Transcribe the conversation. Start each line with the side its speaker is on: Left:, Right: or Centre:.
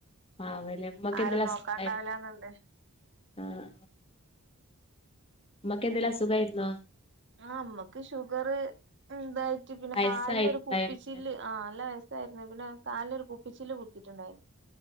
Left: പാവല്ലേ ഉമ്മക്ക്
Right: ആരും
Left: എന്തേലും അസുഖായിരുന്നോ
Right: നോക്കാണ്ടാവൂലാന്നൊണ്ട്
Left: ആഹ് ഇമ്മക്കെന്തെങ്കിലു അസുഖായിരുന്നോ?
Right: ആഹ് ഇമ്മക്ക് ഷുഗറ് ഇണ്ടായിറ്റ് പിന്നെ
Left: വയസ്സായിട്ടുണ്ടായിരുന്നോ
Right: കാൽനൊരു കുപ്പിച്ചില്ല് ആഹ് നല്ല വയസ്സായിരുന്ന് പിന്നെ കാൽനൊരു കുപ്പിച്ചില് കുത്തിറ്റ്ണ്ടായിനി